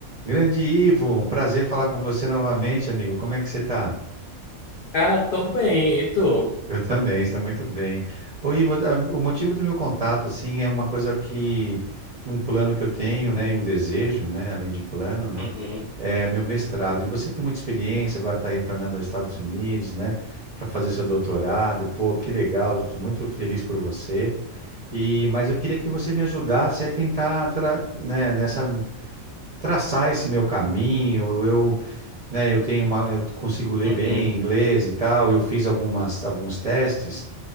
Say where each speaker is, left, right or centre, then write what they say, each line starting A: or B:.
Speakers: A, on the right; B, on the left.
A: Grande Ivo, um prazer falar com você novamente, amigo. Como é que você está?
B: Cara, tô bem. E tu?
A: Eu também, estou muito bem. Ô, Ivo, a- o motivo do meu contato, assim, é uma coisa que, um plano que eu tenho, né, e um desejo, né, além de plano, né,
B: Uhum,
A: é meu mestrado. E você tem muita experiência, agora está retornando aos Estados Unidos, né, para fazer seu doutorado. Pô, que legal, estou muito feliz por você. E, mas eu queria que você me ajudasse a tentar, tra- né, nessa, traçar esse meu caminho, eu né? Eu tenho uma, eu consigo ler
B: uhum,
A: bem inglês e tal. Eu fiz algumas, alguns testes